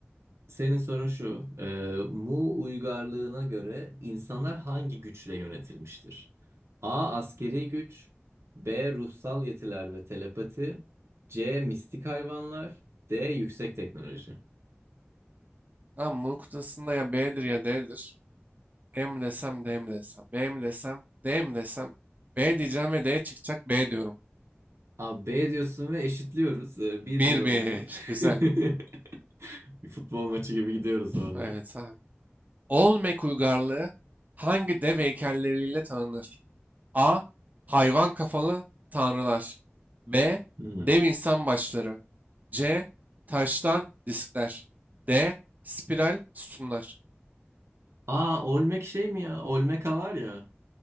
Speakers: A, on the right; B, on the right.
A: senin sorun şu. Ee, Mu uygarlığına göre insanlar hangi güçle yönetilmiştir? A. Askeri güç. B. Ruhsal yetiler ve telepati. C. Mistik hayvanlar. D. Yüksek teknoloji.
B: Tamam Mu kutusunda ya B'dir ya D'dir. E mi desem D mi desem. B mi desem D mi desem. B diyeceğim ve D çıkacak B diyorum.
A: Abi B diyorsun ve eşitliyoruz. Ee, Bir
B: Bir
A: bir oldu.
B: bir. Güzel.
A: <laughs> Bir futbol maçı gibi gidiyoruz vallahi.
B: Evet abi. Olmek uygarlığı hangi dev heykelleriyle tanınır? A. Hayvan kafalı tanrılar. B.
A: Hmm.
B: Dev insan başları. C. Taştan diskler. D. Spiral sütunlar.
A: Aa Olmek şey mi ya? Olmeka var ya.